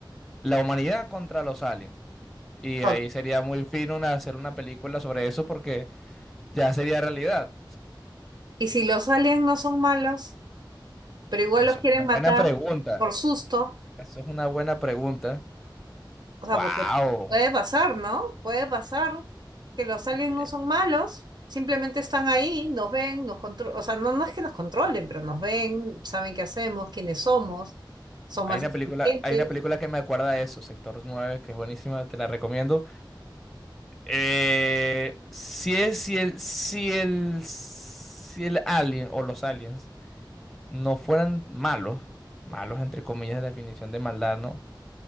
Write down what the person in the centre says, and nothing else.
la humanidad contra los aliens. Y
ahí sería muy fino una- hacer una película sobre eso porque ya sería realidad.
Eso
es una
buena pregunta.
Eso es una buena pregunta.
Wow.
Yeah.
Hay
una
película, hay una película que me acuerda de eso, Sector Nueve, que es buenísima, te la recomiendo. Eh, si es, si el, si el, si el alien o los aliens no fueran malos, malos entre comillas de la definición de maldad, ¿no?